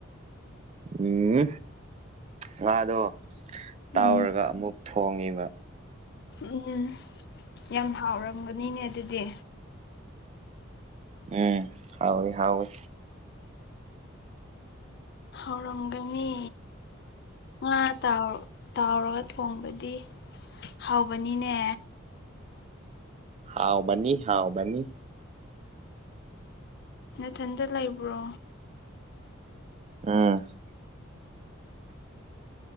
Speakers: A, on the right; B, on the left.
A: ꯎꯝ ꯉꯥꯗꯣ ꯇꯥꯎꯔꯒ
B: ꯎꯝ
A: ꯑꯃꯨꯛ ꯊꯣꯡꯉꯤꯕ
B: ꯎꯝ ꯌꯥꯝ ꯍꯥꯎꯔꯝꯒꯅꯤꯅꯦ ꯑꯗꯨꯗꯤ
A: ꯎꯝ ꯍꯥꯎꯏ ꯍꯥꯎꯏ
B: ꯍꯥꯎꯔꯝꯒꯅꯤ ꯉꯥ ꯇꯥꯎ ꯇꯥꯎꯔꯒ ꯊꯣꯡꯕꯗꯤ ꯍꯥꯎꯕꯅꯤꯅꯦ
A: ꯍꯥꯎꯕꯅꯤ ꯍꯥꯎꯕꯅꯤ
B: ꯅꯊꯟꯇ ꯂꯩꯕ꯭ꯔꯣ
A: ꯎꯝ